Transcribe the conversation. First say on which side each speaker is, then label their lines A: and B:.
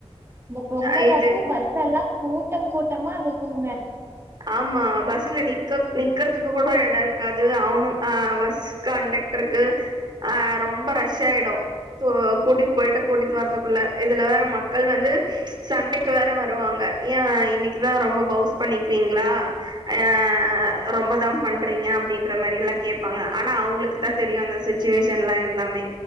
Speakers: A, on the right (about 25°); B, on the right (about 40°).
A: இந்த பொங்கல்
B: அ இது
A: அப்பூ பஸ் எல்லா கூட்டம் கூட்டமா இருக்குங்க
B: ஆமா பஸ்ல நிக்கக் நிக்றதுக்கு கூட எட இருக்காது அவனு ஆ பஸ் கண்டக்டருக்கு ஆ ரொம்ப ரஷ்சாயிடு த்தோ கூடிட்டு போய்ட்டு கூடிட்டு வர்றதுக்குள்ள இதுல வேற மக்கள் வந்து சண்டைக்கு வேற வருவாங்க ஏ இன்னைக்கிதா ரொம்ப பவுஸ் பண்ணி விங்ளா அ ரொம்பதாம் பண்றீங்க அப்டின்ற மாரி எல்லா கேப்பாங்க ஆனா அவங்களுக்கு தா
A: ம்,
B: தெரியு அந்த சுச்சுவேஷன்லா எல்லாமே